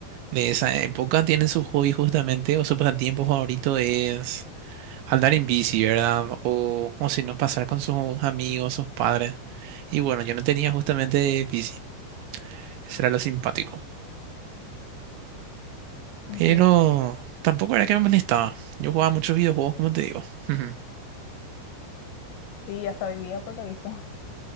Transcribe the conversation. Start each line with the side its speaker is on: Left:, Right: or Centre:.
Right: de esa época tienen su hobby justamente o su pasatiempo favorito es andar en bici, ¿verdad? O, o si no, pasar con sus amigos, sus padres. Y bueno, yo no tenía justamente bici, eso era lo simpático.
Left: Entiendo.
Right: Pero tampoco era que me molestaba. Yo jugaba muchos videojuegos, como te digo. Ujú.
Left: Y hasta hoy día, por lo visto. <laughs>